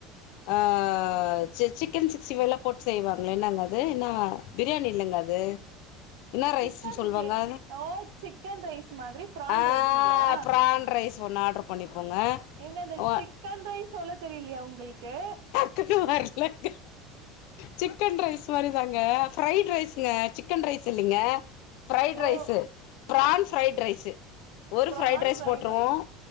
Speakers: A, on the left; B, on the right.
A: ஆ சி சிக் க்கன் சிக்ஸ்டி ஃபைவ்லா போட்டு செய்வாங்ளே என்னங்க அது என்னா பிரியாணி இல்லங்க அது என்ன ரைஸுன்
B: சிக்கன்
A: சொல்லுவாங்க
B: சிக்ஸ்டி
A: அத
B: ஓ சிக்கன் ரைஸ் மாதிரி பிரான்
A: ஆ
B: ரைஸுங்களா
A: பிரான் ரைஸ் ஒன்னு ஆட்ரு பண்ணிப்போங்க
B: ஏங்க இந்த
A: ஒ
B: சிக்கன் ரைஸ் சொல்ல தெரியலயா உங்களுக்கு
A: <unintelligible> சிக்கன் ரைஸ் மாரி தாங்க ஃரைட் ரைஸுங்க சிக்கன் ரைஸ் இல்லெங்கெ ஃப்ரைட்
B: ஓ
A: ரைஸ்ஸு பிரான் ஃப்ரைட் ரைஸ்ஸு ஒரு
B: பிரான்
A: ஃப்ரைட் ரைஸ் போட்ருவோ
B: ரைஸ்